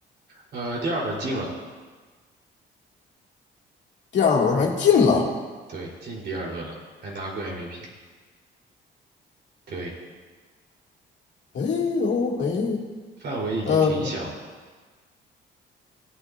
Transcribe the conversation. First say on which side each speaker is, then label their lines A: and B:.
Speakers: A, on the right; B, on the left.
A: 呃，第二轮进了，
B: 第二轮还进了，
A: 对，进第二轮了，还拿过 MVP。对，
B: 哎呦嘿，
A: 范围已经挺小了。
B: 呃，